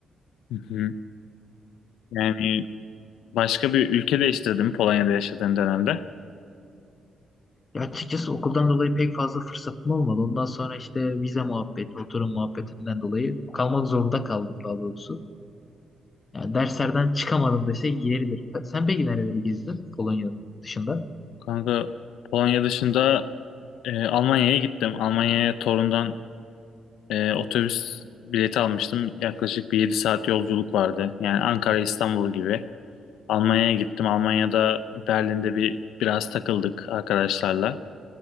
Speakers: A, on the left; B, on the left.
A: hı hı. Yani başka bir ülke değiştirdim Polonya'da yaşadığım dönemde.
B: Ya açıkçası okuldan dolayı pek fazla fırsatım olmadı. Ondan sonra işte vize muhabbeti, oturum muhabbetinden dolayı kalmak zorunda kaldım daha doğrusu. Yani derslerden çıkamadım dese yeridir. Sen peki nereleri gezdin Polonya dışında?
A: Kanka Polonya dışında e, Almanya'ya gittim. Almanya'ya torundan Ee, otobüs bileti almıştım. Yaklaşık bir 7 saat yolculuk vardı. Yani Ankara İstanbul gibi. Almanya'ya gittim. Almanya'da Berlin'de bir biraz takıldık arkadaşlarla.